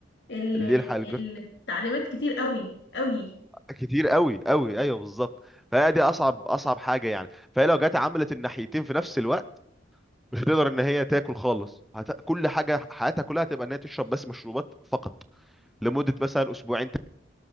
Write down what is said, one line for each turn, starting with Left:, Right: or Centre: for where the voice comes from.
Left: ال-
Centre: اللي يلحق الجرح
Left: التعليمات كتير قوي قوي
Centre: كتير قوي قوي ايوه بالظبط فهي دي اصعب اصعب حاجه يعني فهي لو جت عملت الناحيتين في نفس الوقت مش هتقدر ان هي تاكل خالص هت... كل حاجه حياتها كلها هتبقى ان هي تشرب بس مشروبات فقط لمده مثلا اسبوعين